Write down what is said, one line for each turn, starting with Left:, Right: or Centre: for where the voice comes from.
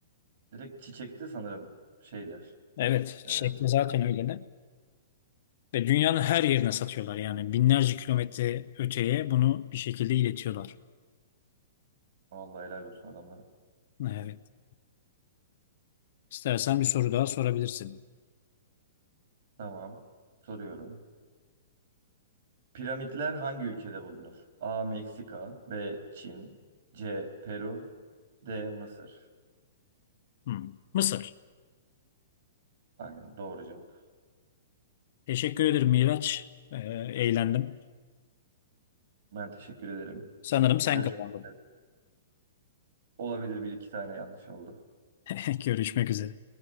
Right: Direkt çiçekte sanırım şeyler.
Left: Evet,
Right: E,
Left: çiçek
Right: bakar
Left: de zaten
Right: gelip.
Left: öyle de. Ve dünyanın her yerine satıyorlar yani. Binlerce kilometre öteye bunu bir şekilde iletiyorlar.
Right: Vallahi helal olsun adamlara.
Left: Evet. İstersen bir soru daha sorabilirsin.
Right: Tamam. Soruyorum. Piramitler hangi ülkede bulunur? A. Meksika B. Çin C. Peru D. Mısır
Left: Hmm. Mısır.
Right: Aynen doğru cevap.
Left: Teşekkür ederim Miraç. E, eğlendim.
Right: Ben teşekkür ederim.
Left: Sanırım sen
Right: Görüşmek
Left: kazandın.
Right: üzere. Olabilir bir iki tane yanlış oldu.
Left: <laughs> Görüşmek üzere.